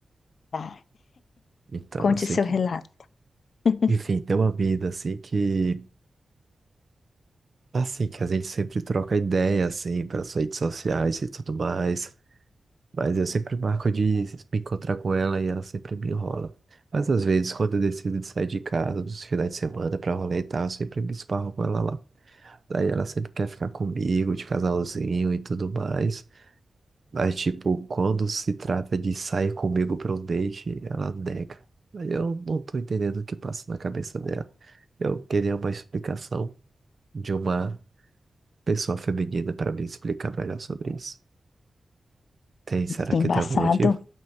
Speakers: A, on the left; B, on the right.
A: Tá.
B: Então,
A: Conte
B: eu sei
A: seu
B: que.
A: relato. <laughs>
B: Enfim, tem uma mina assim que. Assim, que a gente sempre troca ideia, assim, pelas redes sociais e tudo mais. Mas eu sempre marco de me encontrar com ela e ela sempre me enrola. Mas às vezes, quando eu decido de sair de casa nos finais de semana pra rolê e tal, eu sempre me esparro com ela lá. Daí ela sempre quer ficar comigo, de casalzinho e tudo mais. Mas, tipo, quando se trata de sair comigo pra um date, ela nega. Aí eu não tô entendendo o que passa na cabeça dela. Eu queria uma explicação de uma pessoa feminina pra me explicar melhor sobre isso. Tem, será
A: Que
B: que
A: embaçado.
B: tem algum motivo?